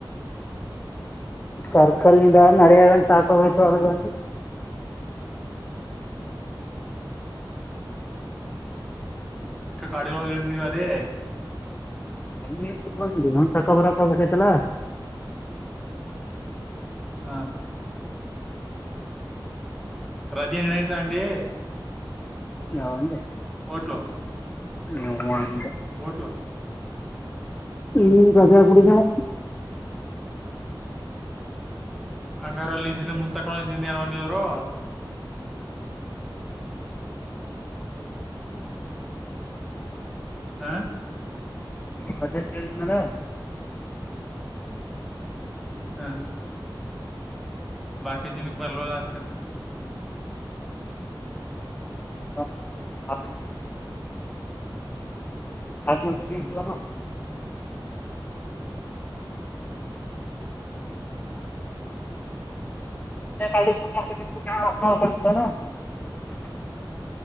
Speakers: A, on the left; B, in the centre.
A: ಸರ್ಕಲ್ ನಿಂದ ನಡೆಯಗಂ ಸಾಕ ಹೋ್ತು ಅಗ
B: ಕಾಡಿಾಗ ನೀರವದೇ
A: ಎನ್ ಕು ನ ತಕ್ಕ ಬರಕಬೇಕಾಯತಲ್ಲ
B: ಹಾ ರಜೆ ನಿನಯ ಸಾಂಗ ಡಿ
A: ಹೌಂಡೆ
B: ಹೋಟ್ಲು
A: ಹ್ಮ
B: ೋಟ್ಲ
A: ಈ ರಜಾ ಗುಡಿನ
B: ಹಂಗಾರ ಅಲ್ಲಿ ನಿಸೆ ಮುಂದ ತಕೊಂಡ ನಿಸೆ ಅನ ಮನವ್ರು <inaudible>
A: ಬಜಟ್ ಕೇಳಿದನಲ್ಲ
B: ಹಾಂ ಬಕಿ ಜಿಿನಿಗೆ ಬರವಲಕಂತ
A: <unintelligible> ಹತ್ತು ಮನು
B: ಹ್ಮ್
A: ತಡ <inaudible>